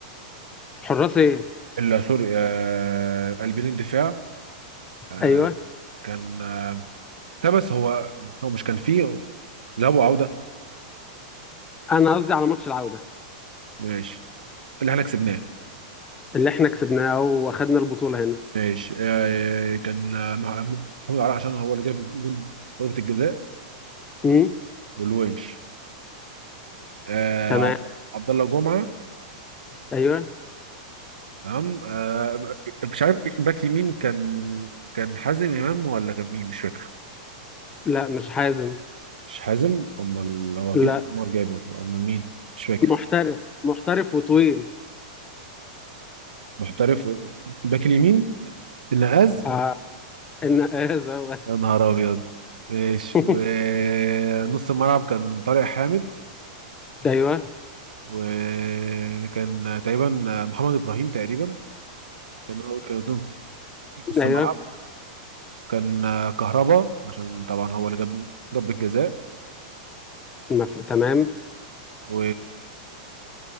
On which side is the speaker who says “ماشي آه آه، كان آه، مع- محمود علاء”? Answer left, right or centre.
Right